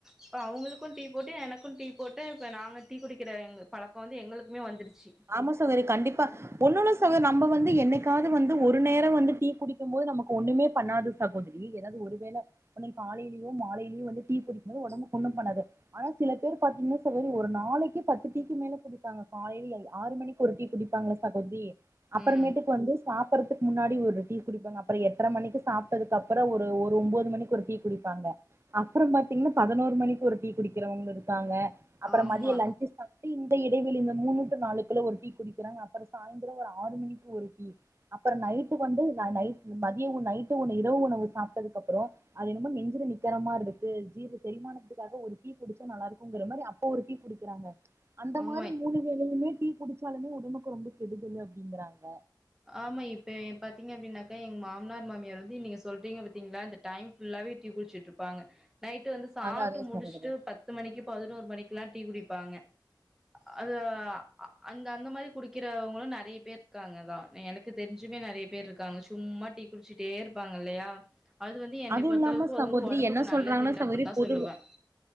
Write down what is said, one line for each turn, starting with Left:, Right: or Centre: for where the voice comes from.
Centre: அப்ப அவங்களுக்கும் டீ போட்டு எனக் கும் டீ போட்டு இப்ப நாங்க டீ குடிக்கிற எங்க பழக்கம் வந்து எங்களுக்குமே வந்துடுச்சு
Right: ஆமா சகோதரி கண்டிப்பா ஒன்னோனு சொல்ற நம்ப வந்து என்னைக்காவது வந்து ஒரு நேரம் வந்து டீ குடிக்கும் போது நமக்கு ஒண்ணுமே பண்ணாது சகோதிரி நீங்க எதாவ்து ஒரு வேள என்னக் காலையிலயோ மாலையிலயோ வந்து டீ குடிக் போ ஒடம்புக்கு ஒன்னும் பண்ணாது ஆனா சில பேர் பாத்தீங்கன்னா சகோரி ஒரு நாளைக்கு பத்து டீக்கு மேல குடிப்பாங்க காலைல எல்லா ஆறு மணிக்கு ஒரு டீ குடிப்பாங்களா சகோதரி அப்புறமேட்டுக்கு
Centre: ம்
Right: வந்து சாப் ப்பறதுக்கு முன்னாடி ஒரு டீ குடிப்பாங்க அப்பற எட்ர மணிக்கு சாப்ட்டதுக்கு அப்பற ஒரு ஒம்போது மணிக்கு ஒரு டீ குடிப்பாங்க அப்புறம் பாத்தீங்ன்னா பதினோரு மணிக்கு ஒரு டீ குடிக்கிறவங்ளு இருக்காங்க அப்பறம்
Centre: ஆமா
Right: மதியம் லன்ச்சு சாப்ட்டு இந்த இடைவெளி இந்த மூண்ணு டூ நாலு ஒரு டீ குடிக்கிறாங்க அப்பறம் சாய்ந்திரம் ஒரு ஆறு மணிக்கு ஒரு டீ அப்பறம் நைட்டுக்கு வந்து நா நைட் மதியம் உ நைட்டு ஒன்னு இரவு உணவு சாப்ட்டதுக்கு அப்பறோ அது என்னமோ நெஞ்சுல நிக்கரமாரி இருக்கு ஜீரண செரிமானதுக்காக ஒரு டீ குடிச்சா நல்லா இருக்குங்கிற மாரி அப் ப்ப ஒரு டீ குடிக்கிறாங்க அந்த
Centre: ஆமா
Right: மாரி மூணு வேளயுமே டீ குடிச்சாலுமே ஒடம்புக்கு ரொம்ப கெடுதலு அப்டிங்கறாங்க
Centre: ஆமா இப்ப எ பாத்தீங்க அப்படின்னாக்கா எங் மாமனார் மாமியார் வந்து நீங்க சொல்றீங்க பாத்தீங்களா இந்த டைம் ஃபுல்லாவே டீ குட்ச்சுட்டு இருப்பாங்க நைட்டு வந்து சாட்டு
Right: அதா அதா
Centre: முடிச்சுட்டு
Right: சகோதரி
Centre: பத்து மணிக்கு பதினோரு மணிக்குல்லா டீ குடிப்பாங்க அது அ அந்த அந்த மாரி குடிக்கிறவங்களூ நெறைய பேர் இருக்காங்க அதா எனக்கு தெரிஞ்சுமே நெறய பேர் இருக்காங்க சும்மா டீ குடிச்சிட்டே இருப்பாங்க இல்லயா அது வந்து என்னை
Right: அதுவு
Centre: பொறுத்தளவுக்கு
Right: இல்லாம சகோதரி
Centre: அது வந்து ஒடம்புக்கு
Right: என்ன சொல்றாங்கன்னா
Centre: நல்லது இல்ல
Right: சகோதரி
Centre: அப்பன் தா
Right: பொதுவா
Centre: சொல்லுவே